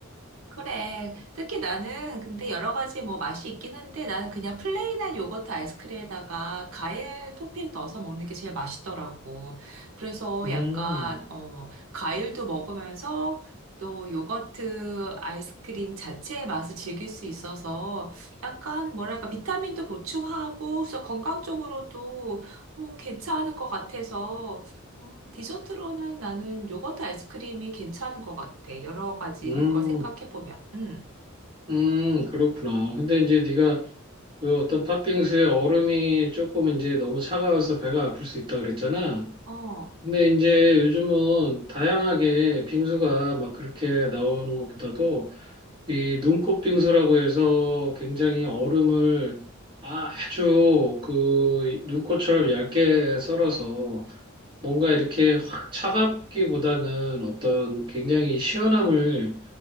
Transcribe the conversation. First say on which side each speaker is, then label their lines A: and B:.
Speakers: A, on the right (about 80°); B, on the right (about 25°).
A: 그래. 특히 나는 근데 여러 가지 뭐 맛이 있긴 한데 나는 그냥 플레인한 요거트 아이스크림에다가 과일 토핑 넣어서 먹는 게 제일 맛있더라고. 그래서
B: 음,
A: 약간 어 과일도 먹으면서 또 요거트 아이스크림 자체의 맛을 즐길 수 있어서 약간 뭐랄까 비타민도 보충하고 그래서 건강 적으로도 음, 괜찮은 것 같아서 어, 디저트로는 나는 요거트 아이스크림이 괜찮은 것 같아. 여러 가지
B: 음,
A: 걸 생각해보면. 음.
B: 음, 그렇구나. 근데 이제 네가 그 어떤 팥빙수에 얼음이 조금 이제 너무 차가워서 배가 아플 수 있다 그랬잖아.
A: 어.
B: 근데 이제 요즘은 다양하게 빙수가 막 그렇게 나오는 것보다도 이 눈꽃 빙수라고 해서 굉장히 얼음을 아주 그 눈꽃처럼 얇게 썰어서 뭔가 이렇게 확 차갑기보다는 어떤 굉장히 시원함을